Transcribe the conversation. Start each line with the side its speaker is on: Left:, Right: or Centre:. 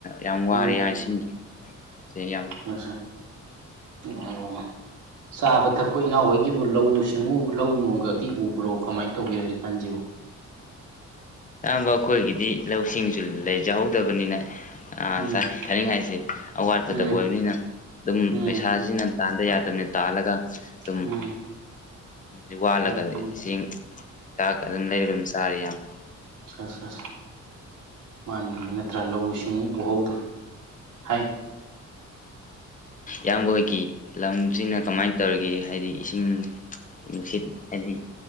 Left: ꯌꯥꯝ
Right: ꯎꯝ
Left: ꯋꯥꯔꯦ ꯌꯥ ꯏꯁꯤꯡꯁꯦ ꯌꯥꯝ
Right: ꯑ ꯎ ꯑꯣ ꯆꯥꯕ ꯊꯛꯄ ꯏꯅꯥꯎ ꯍꯣꯏꯒꯤꯕꯨ ꯂꯧꯁꯤ ꯁꯤꯡꯎ ꯂꯧ ꯅꯣꯡꯒ ꯇꯤ ꯎꯕ꯭ꯔꯣ ꯀꯃꯥꯏꯅ ꯇꯧꯒꯦ ꯍꯧꯖꯤꯛꯀꯥꯟꯁꯤꯕꯨ
Left: ꯑꯌꯥꯝꯕ ꯑꯩꯈꯣꯏꯒꯤꯗꯤ ꯂꯧꯁꯤꯡꯁꯨ ꯂꯩꯖꯍꯧꯗꯕꯅꯤꯅ ꯑ
Right: ꯎꯝ
Left: ꯁꯥꯔꯤ ꯍꯥꯏꯥꯏꯁꯤꯦ ꯑꯋꯥꯠꯄꯗ
Right: ꯎꯝ
Left: ꯑꯣꯏꯕꯅꯤꯅ ꯑꯗꯨꯝ
Right: ꯎꯝ
Left: ꯄꯩꯁꯥꯁꯤꯅ ꯇꯥꯟꯗ ꯌꯥꯗꯕꯅ ꯇꯥꯜꯂꯒ ꯑꯗꯨꯝ
Right: ꯎꯝ
Left: ꯑꯗꯨꯝ ꯋꯥꯠꯂꯒ
Right: ꯑꯣ ꯄꯨꯡ
Left: ꯏꯦꯡ ꯍꯤ ꯆꯥꯛ ꯑꯗꯨꯝ ꯂꯩꯔꯒ ꯑꯗꯨꯝ ꯁꯥꯔꯤ ꯌꯥꯝꯌꯥꯝꯕ
Right: ꯁ ꯁ ꯃꯥꯅꯤꯉ ꯅꯠꯇ꯭ꯔꯥ ꯂꯧꯎ ꯁꯤꯡꯎ ꯎꯍꯧꯗꯣ ꯍꯥꯏ
Left: ꯌꯥꯝꯍꯤ ꯂꯝꯁꯤꯅ ꯀꯃꯥꯏꯅ ꯇꯧꯔꯤꯒꯦ ꯍꯥꯏꯗꯤ ꯏꯁꯤꯡ ꯅꯨꯡꯁꯤꯠ ꯍꯥꯏꯗꯤ